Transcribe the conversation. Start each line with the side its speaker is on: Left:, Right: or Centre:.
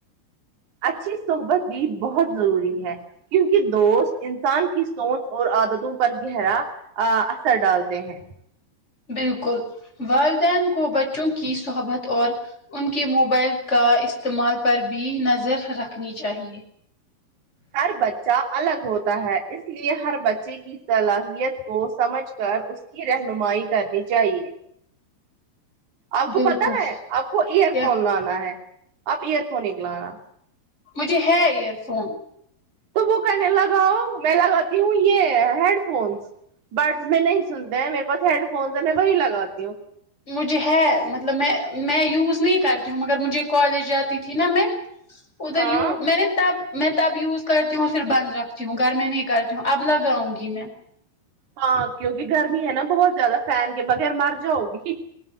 Right: اچھی صحبت بھی بہت ضروری ہے کیونکہ دوست انسان کی سوچ اور عادتوں پر گہرا آ اثر ڈالتے ہیں
Left: بالکل والدین کو بچوں کی صحبت اور ان کے موبائل کا استعمال پر بھی نظر رکھنی چاہیے
Right: ہر بچہ الگ ہوتا ہے اس لیے ہر بچے کی صلاحیت کو سمجھ کر اس کی رہنمائی کرنی چاہیے آپ کو
Left: بالکل
Right: پتا ہے آپ کو ایئر
Left: کیا
Right: فون لانا ہے آپ ایئر فون لانا
Left: مجھے ہے ایئر فون
Right: تو وہ کرنے لگاؤ میں لگاتی ہوں یہ ہیڈ فونس برڈس میں نہیں سنتے ہیں میرے پاس ہیڈ فونس ہے میں وہی لگاتی ہوں
Left: مجھے ہے مطلب میں میں یوز نہیں کرتی ہوں مگر مجھے کالج جاتی تھی نا میں ادھر
Right: ہاں
Left: یو میں نے تب میں تب یوز کرتی ہوں پھر بند رکھتی ہوں گھر میں نہیں کرتی ہوں اب لگاؤں گی میں
Right: ہاں کیونکہ گرمی ہے نا بہت زیادہ فھین کے بغیر مر جاؤ گی